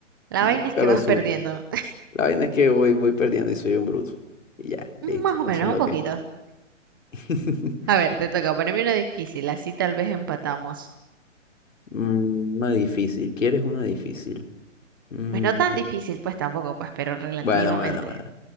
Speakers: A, on the right; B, on the left.
A: La
B: nunca
A: vaina es que
B: lo
A: vas
B: supe.
A: perdiendo. <laughs>
B: La vaina es que voy, voy perdiendo y soy un bruto. Y ya, listo.
A: Más o menos,
B: Eso es
A: un
B: lo
A: poquito.
B: que es. <laughs>
A: A ver, te toca ponerme una difícil, así tal vez empatamos.
B: Mm, Una difícil. ¿Quieres una difícil? Mm,
A: Pues no tan difícil, pues tampoco, pues, pero relativamente.
B: Bueno, bueno, bueno.